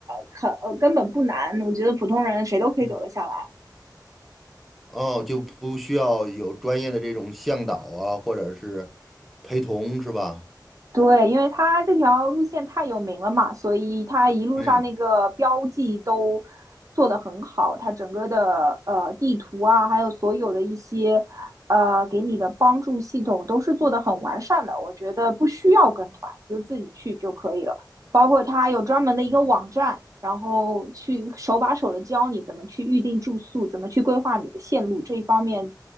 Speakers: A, on the right (about 45°); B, in the centre.
A: 很呃根本不难，我觉得普通人谁都可以走得下来。
B: 嗯，哦，就不需要有专业的这种向导啊，或者是陪同是吧？
A: 对，因为它这条路线太有名了嘛，所以它一路上那个标记都
B: 嗯，
A: 做得很好，它整个的呃地图啊，还有所有的一些呃给你的帮助系统都是做得很完善的。我觉得不需要跟团，你就自己去就可以了。包括它有专门的一个网站，
B: 嗯
A: 然后去手把手的教你怎么去预定住宿，怎么去规划你的线路，这一方面